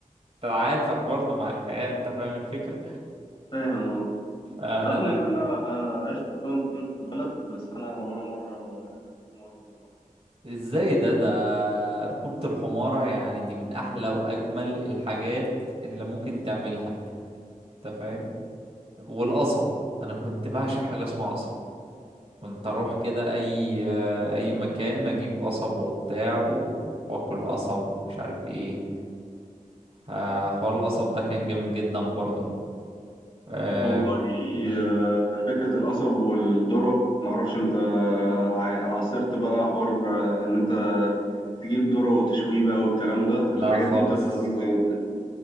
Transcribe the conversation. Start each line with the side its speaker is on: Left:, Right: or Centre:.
Right: تعافر برضه مع الحياه انت فاهم الفكره
Left: فاهم اه
Right: فانا
Left: رغم ان انا آه، عشت 8 سنين في البلد بس انا ولا مره ركبت حمار بصراحه
Right: ازاي ده ده ركوبة الحمارة يعني دي من احلى واجمل الحاجات اللي ممكن تعملها انت فاهم والقصب انا كنت بعشق حاجة اسمها قصب كنت اروح كده اي اي مكان اجيب قصب وبتاع و- واكل قصب ومش عارف ايه ح- حوار القصب ده كان جامد جدا برضه أه...
Left: والله
Right: مم.
Left: آه، فكره القصب والذره معرفش انت ع- عاصرت بقى حوار آه، ان انت تجيب ذره وتشويه بقى والكلام ده
Right: لا
Left: الحاجات
Right: خالص
Left: دي بتبقى لذيذه جدا